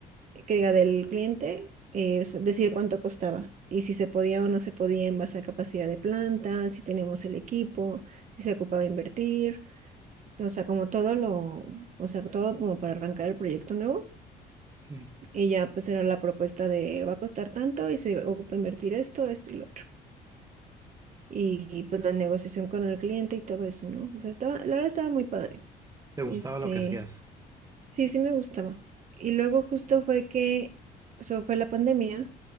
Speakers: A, on the right (about 45°); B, on the right (about 20°).
A: que diga del cliente, eh, es decir cuánto costaba y si se podía o no se podía en base a capacidad de planta, si teníamos el equipo, si se ocupaba invertir, o sea, como todo lo, o sea, todo como para arrancar el proyecto nuevo
B: Sí.
A: y ya pues era la propuesta de va a costar tanto y se ocupa invertir esto, esto y lo otro. Y, y, pues la negociación con el cliente y todo eso, ¿no? O sea, estaba, la verdad estaba muy padre.
B: ¿Te gustaba
A: Este,
B: lo que hacías?
A: sí, sí me gustaba. Y luego justo fue que, eso fue la pandemia